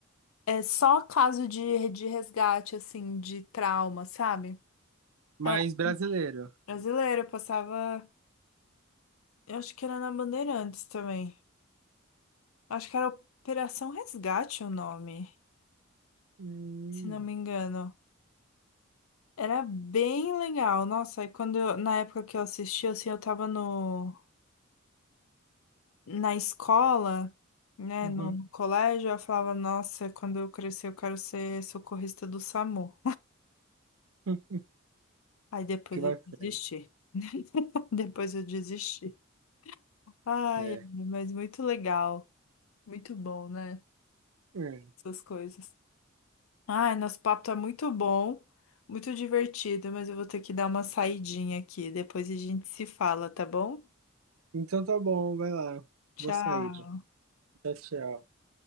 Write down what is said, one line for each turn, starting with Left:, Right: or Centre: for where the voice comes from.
Left: É só caso de, de resgate, assim, de trauma, sabe?
Right: Mas
Left: Era
Right: brasileiro.
Left: brasileira, passava. Eu acho que era na Bandeirantes também. Acho que era Operação Resgate o nome,
Right: Hum,
Left: se não me engano. Era bem legal. Nossa, aí quando eu- na época que eu assisti, assim, eu tava no, na escola, né,
Right: uhum.
Left: no, no colégio, eu falava, nossa, quando eu crescer eu quero ser socorrista do SAMU.
Right: Hum,
Left: Aí depois
Right: Que bacana.
Left: eu desisti. <laughs> Depois eu desisti. Ai,
Right: É.
Left: mas muito legal. Muito bom, né?
Right: É.
Left: Essas coisas. Ai, nosso papo tá muito bom, muito divertido, mas eu vou ter que dar uma saidinha aqui. Depois a gente se fala, tá bom?
Right: Então tá bom, vai lá.
Left: Tchau.
Right: Vou sair. né? Tchau, tchau.